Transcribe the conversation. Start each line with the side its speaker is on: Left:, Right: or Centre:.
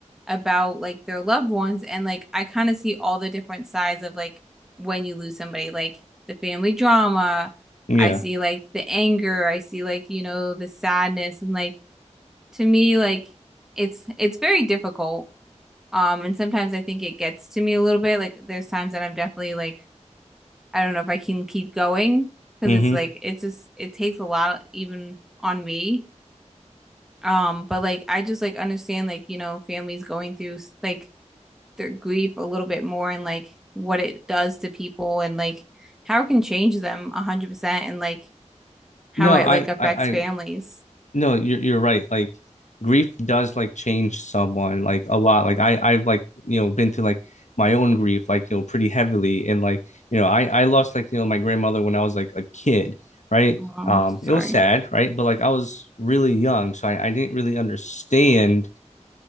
Centre: about like their loved ones and like I kind of see all the different sides of like when you lose somebody, like the family drama.
Left: Yeah.
Centre: I see like the anger, I see like, you know, the sadness and like to me like it's it's very difficult um, and sometimes I think it gets to me a little bit. Like there's times that I'm definitely like, I don't know if I can keep going because
Left: hmm
Centre: it's like it's just it takes a lot even on me. Um, but like I just like understand like, you know, families going through like their grief a little bit more and like what it does to people and like how it can change them a hundred percent and like how
Left: No,
Centre: it
Left: I,
Centre: like affects
Left: I, I,
Centre: families.
Left: no, you're, you're right. Like grief does like change someone like a lot. Like I, I've like, you know, been through like my own grief, like, you know, pretty heavily. And like, you know, I, I lost like, you know, my grandmother when I was like a kid, right?
Centre: Oh,
Left: Um,
Centre: I'm so sorry.
Left: it was sad, right? But like I was really young, so I, I didn't really understand